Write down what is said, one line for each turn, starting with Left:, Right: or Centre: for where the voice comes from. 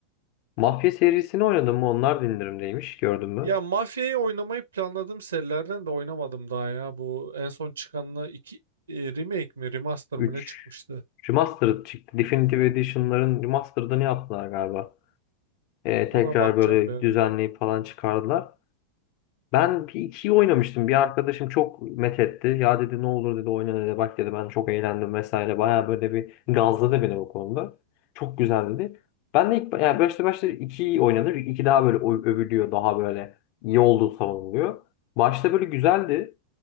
Left: Mafya serisini oynadım mı? Onlar da indirimdeymiş. Gördün mü?
Right: Ya Mafya'yı oynamayı planladığım serilerden de oynamadım daha ya. Bu en son çıkanla iki e, remake mi remaster
Left: 3
Right: mı ne çıkmıştı?
Left: Remastered çıktı. Definitive Edition'ların Remastered'ını yaptılar galiba. Ee, tekrar
Right: Ona bakacağım
Left: böyle
Right: bir ara.
Left: düzenleyip falan çıkardılar. Ben bir ikiyi oynamıştım. Bir arkadaşım çok methetti. Ya dedi ne olur dedi oyna dedi. Bak dedi ben çok eğlendim vesaire. Baya böyle bir gazladı beni o konuda. Çok güzel dedi. Ben de ilk yani başta başta ikiyi oynadım. İki daha böyle ö- övülüyor. Daha böyle iyi olduğu savunuluyor. Başta böyle güzeldi.